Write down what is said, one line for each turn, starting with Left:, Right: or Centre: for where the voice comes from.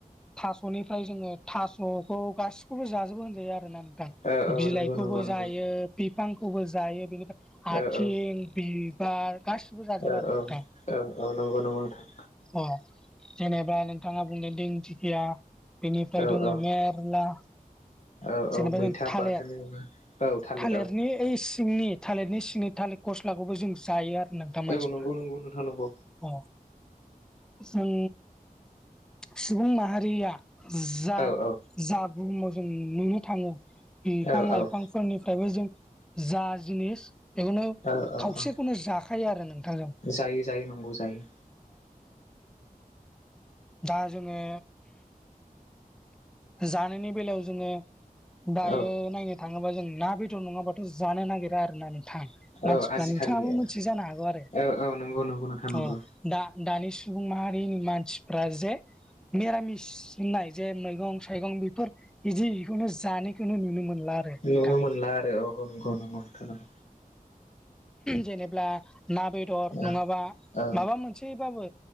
Centre: थास'निफ्राय जोङो थास'खौ गासिखौबो जाजोबो होनजायो आरोना नोंथां
Left: औ औ
Centre: बिलाइखौबो
Left: नंगौ नंगौ नंगौ
Centre: जायो बिफांखौबो जायो बेनिफ्राय आथिं
Left: औ औ
Centre: बिबार गासिबो जाजोबो
Left: औ
Centre: आरो
Left: औ
Centre: नोंथां
Left: औ औ नंगौ नंगौ नोंथां
Centre: अ जेनेबा नोंथाङा बुंदो दिंथिखिया बेनिफ्राय
Left: औ
Centre: दङो
Left: औ
Centre: मेरला
Left: औ
Centre: जेनेबा
Left: औ मैथा
Centre: जों थालिर
Left: बाथोन। औ थालिराव
Centre: थालिरनि ओइ सिंनि थालिरनि सिंनि थालिर गस्लाखौबो जों जायो आरो नोंथां मानसिफ्रा।
Left: औ नंगौ नंगौ नोंथां नंगौ
Centre: अ जों सुबुं माहारिया जा
Left: औ औ
Centre: -जा बुहुमाव जों नुनो थाङो बिफां
Left: औ
Centre: लाइफांफोरनिफ्रायबो जों जा जिनिस बेखौनो
Left: औ औ
Centre: खावसेखौनो
Left: औ
Centre: जाखायो आरो नोंथां जों।
Left: जायो जायो नंगौ जायो
Centre: दा जोङो जानायनि बेलायाव जोङो दायो
Left: औ
Centre: नायनो थाङोबा जों ना बेदर नङाबाथ' जानो नागिरा आरो ना नोंथां। मानसिफ्रा
Left: औ आजिखालि
Centre: नोंथाङाबो मोनथि जानो हागौ आरो
Left: औ औ नंगौ नंगौ नोंथां नंगौ
Centre: अ दा दानि सुबुं माहारिनि मानसिफ्रा जे मिरामिस होननाय जे मैगं थाइगं बेफोर बिदि बेखौनो जानायखौनो नुनो मोनला। आरो नोंथां
Left: नुनो मोनला आरो औ -औ नंगौ नंगौ नोंथां नंगौ।
Centre: जेनेबा ना बेदर
Left: औ
Centre: नङाबा
Left: औ
Centre: माबा मोनसे सेबाबो